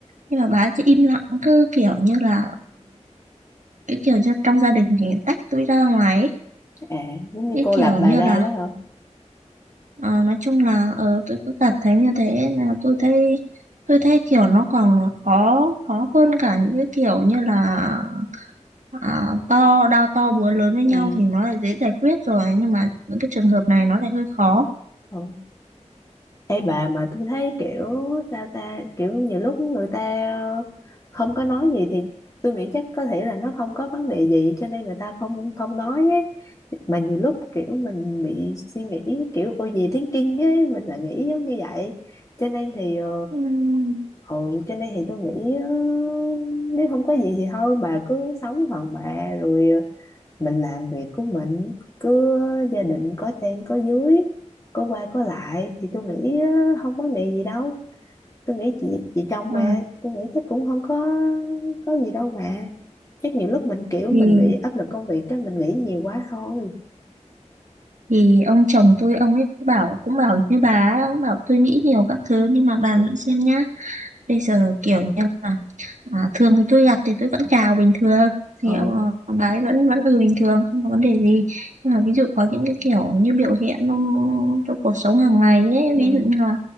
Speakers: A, on the right; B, on the left.
A: Nhưng mà bà ấy cứ im lặng cứ kiểu như là cái kiểu như trong gia đình thì tách tôi ra ngoài ấy.
B: à, giống như
A: cái
B: cô
A: kiểu
B: lập
A: như
B: bà ra
A: là
B: đó hả?
A: ờ, nói chung là ờ, tôi cứ cảm thấy như thế nên là tôi thấy tôi thấy kiểu nó còn khó khó hơn cả những cái kiểu như là à, to đao to búa lớn với
B: ừ.
A: nhau thì nó lại dễ giải quyết rồi nhưng mà những cái trường hợp này nó lại hơi khó
B: Ừ, Ê bà mà tôi thấy kiểu sao ta kiểu nhiều lúc người ta không có nói gì thì tôi nghĩ chắc có thể là nó không có vấn đề gì cho nên người ta không không nói ấy mà nhiều lúc kiểu mình bị suy nghĩ kiểu ô gì thinking ấy mình lại nghĩ giống như vậy cho nên thì ờ,
A: Ừm,
B: ừ, cho nên thì tôi nghĩ ờ, nếu không có gì thì thôi bà cứ sống phần bà rồi ờ, mình làm việc của mình cứ gia đình có trên có dưới có qua có lại thì tôi nghĩ á, không vấn đề gì đâu tôi nghĩ chị chị chồng
A: ờ,
B: mà tôi nghĩ chắc cũng không có có gì đâu mà chắc nhiều lúc mình kiểu
A: thì
B: mình bị áp lực công việc cái mình nghĩ nhiều quá thôi
A: thì ông chồng tôi ông ấy bảo cũng bảo như bà ấy, ông bảo tôi nghĩ nhiều các thứ nhưng mà bà
B: ừ
A: nghĩ xem nhá bây giờ kiểu như là à, thường thì tôi gặp thì tôi vẫn chào bình thường thì
B: ừ
A: ông, ông đấy vẫn vẫn ừ bình thường không có vấn đề gì nhưng mà ví dụ có những cái kiểu như biểu hiện nó- trong cuộc sống hàng ngày ấy
B: ừ
A: ví dụ như là